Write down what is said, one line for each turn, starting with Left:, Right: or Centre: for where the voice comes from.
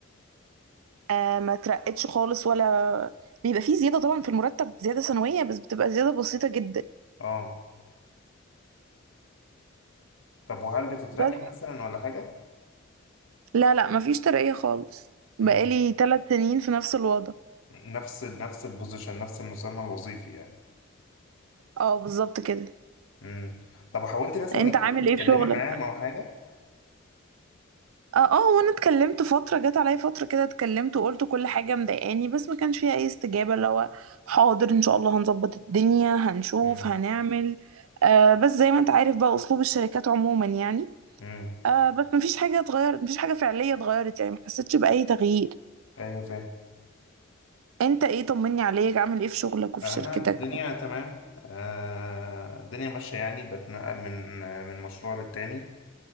Right: آه ما ترقتش خالص ولا بيبقى فيه زيادة طبعا في المرتب زيادة سنوية بس بتبقى زيادة بسيطة جدا
Left: اه طب وهل بتترقي
Right: بس
Left: مثلا ولا حاجه
Right: لا لا ما فيش ترقية خالص بقالي
Left: امم
Right: ثلاث سنين في نفس الوضع
Left: نفس ال... نفس البوزيشن نفس المسمى الوظيفي يعني
Right: اه بالظبط كده
Left: امم طب وحاولتي مثلا
Right: انت
Left: انك
Right: عامل
Left: انت
Right: ايه
Left: تتكلمي
Right: في شغلك
Left: معاهم او حاجه
Right: اه اه وانا اتكلمت فترة جت عليا فترة كده اتكلمت وقلت كل حاجة مضايقاني بس ما كانش فيها اي استجابة اللي هو حاضر ان شاء الله هنظبط الدنيا هنشوف
Left: امم
Right: هنعمل آه بس زي ما انت عارف بقى اسلوب الشركات عموما يعني
Left: امم
Right: آه بس مفيش حاجة اتغيرت مفيش حاجة فعلية اتغيرت يعني محسيتش بأي تغيير
Left: ايوه فاهم
Right: انت ايه طمني عليك عامل ايه في شغلك وفي
Left: انا
Right: شركتك
Left: الدنيا تمام آه الدنيا ماشيه يعني بتنقل من من مشروع للتاني